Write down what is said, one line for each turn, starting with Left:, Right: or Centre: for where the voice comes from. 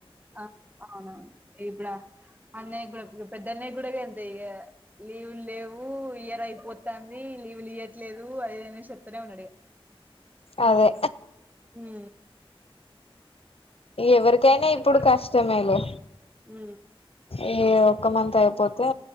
Right: ఆ అవునవును ఇప్పుడ అన్నయ్య కూడా పెద్దన్నయ్య కూడా ఎంత ఇక లీవులు లేవు ఇయర్ అయిపోతుంది లీవులీయట్లేదు అద అనే చెప్తనే ఉన్నాడి
Left: అదే
Right: హ
Left: ఎవరికైనా ఇప్పుడు
Right: ఇగ
Left: కష్టమే లే
Right: ఉమ్
Left: ఏ ఒక్క మంత్ అయిపోతే